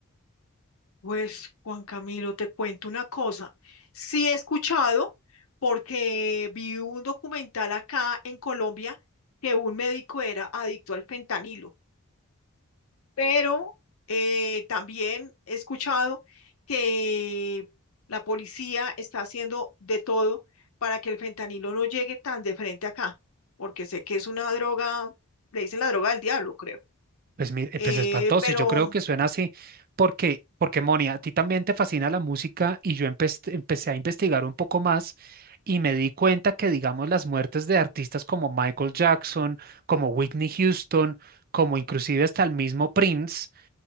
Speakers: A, on the left; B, on the right.
A: Pues, Juan Camilo, te cuento una cosa. Sí he escuchado, porque vi un documental acá en Colombia que un médico era adicto al fentanilo. pero eh, también he escuchado que la policía está haciendo de todo para que el fentanilo no llegue tan de frente acá, porque sé que es una droga, le dicen la droga del diablo, creo.
B: Pues, mi- eh,
A: Eh,
B: pues espantoso,
A: pero
B: y yo creo que suena así porque, porque Moni, a ti también te fascina la música y yo empe- empecé a investigar un poco más y me di cuenta que, digamos, las muertes de artistas como Michael Jackson, como Whitney Houston, como inclusive hasta el mismo Prince,